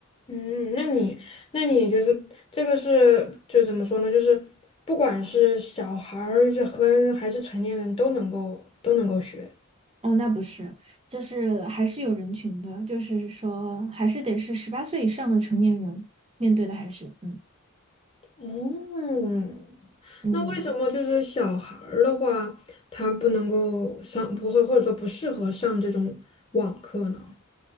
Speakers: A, on the left; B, on the right.
A: 嗯，那你那你就是这个是就怎么说呢？就是不管是小孩儿是和还是成年人都能够都能够学。
B: 哦，那不是，就是还是有人群的，就是说还是得是十八岁以上的成年人面对的，还是嗯
A: 嗯，
B: 嗯，
A: 那为什么就是小孩儿的话，他不能够上，不会或者说不适合上这种网课呢？